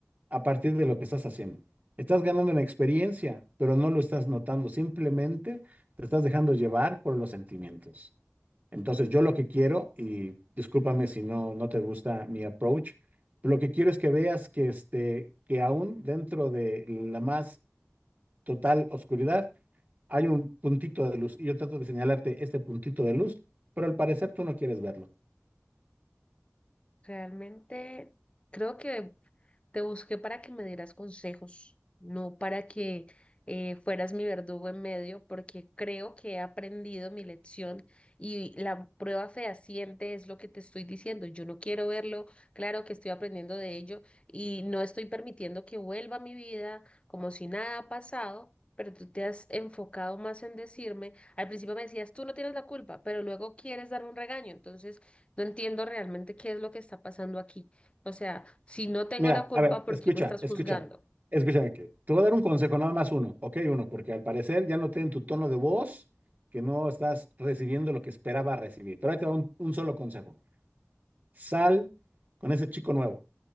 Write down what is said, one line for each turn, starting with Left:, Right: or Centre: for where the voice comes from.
Right: a partir de lo que estás haciendo. Estás ganando en experiencia, pero no lo estás notando, simplemente te estás dejando llevar por los sentimientos. Entonces, yo lo que quiero, y discúlpame si no, no te gusta mi approach, pero lo que quiero es que veas que, este, que aún dentro de la más total oscuridad hay un puntito de luz y yo trato de señalarte este puntito de luz, pero al parecer tú no quieres verlo.
Left: Realmente creo que Te busqué para que me dieras consejos, no para que eh, fueras mi verdugo en medio, porque creo que he aprendido mi lección y la prueba fehaciente es lo que te estoy diciendo. Yo no quiero verlo, claro que estoy aprendiendo de ello y no estoy permitiendo que vuelva a mi vida como si nada ha pasado. Pero tú te has enfocado más en decirme, al principio me decías, tú no tienes la culpa, pero luego quieres darme un regaño, entonces no entiendo realmente qué es lo que está pasando aquí. O sea, si no tengo
Right: Mira,
Left: la culpa,
Right: a ver,
Left: ¿por
Right: escucha,
Left: qué me estás
Right: escucha,
Left: juzgando?
Right: escúchame, que te voy a dar un consejo, nada más uno, ok, uno, porque al parecer ya noté en tu tono de voz que no estás recibiendo lo que esperaba recibir. Pero ahí te va un, un solo consejo. Sal con ese chico nuevo,